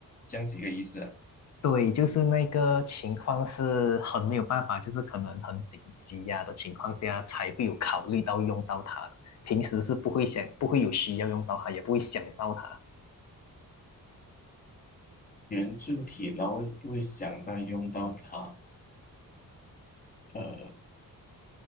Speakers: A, on the left; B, on the left.
A: 这样子一个意思啊
B: 对，就是那个情况是很没有办法，就是可能很紧急呀、的情况下才会有考虑到用到它的，平时是不会想，不会有需要用到它，也不会想到它。
A: 圆柱体，然后也不会想到用到它。呃，